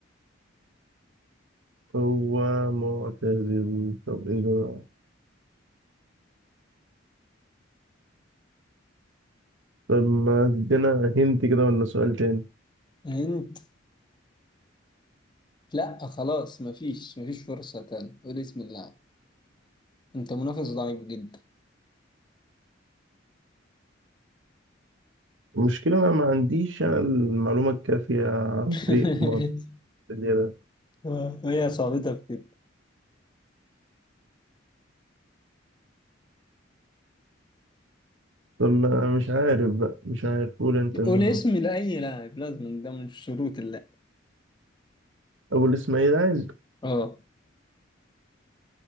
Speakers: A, on the right (about 75°); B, on the left (about 25°).
A: هو معتزل طب إيه ده طب ما تدينا هنت كده ولا سؤال تاني
B: انت لا خلاص مفيش مفيش فرصة تاني قول اسم اللاعب انت منافس ضعيف جدا
A: المشكلة أنا ما عنديش أنا المعلومة الكافية عن
B: <laughs>
A: فريق مارسيليا ده
B: آه، هي صعوبتها في كده
A: طب ما- مش عارف بقى مش عارف قول أنت مين
B: قول اسم
A: هو
B: لأي لاعب لازم ده من شروط اللعب
A: أبو الإسماعيلي عادي
B: اه